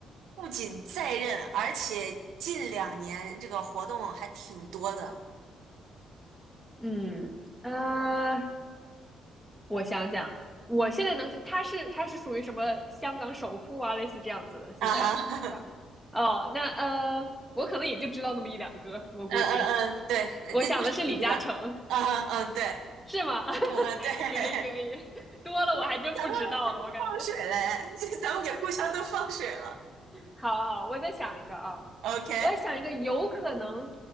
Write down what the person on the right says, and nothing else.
不仅在任，而且近两年这个活动还挺多的。
啊哈，<laughs>
嗯嗯嗯，对，那那就是你知道，
嗯嗯嗯，对，
嗯嗯对，<laughs>
咱
们咱们
放水嘞，<laughs> 咱们给互相都放水了
，OK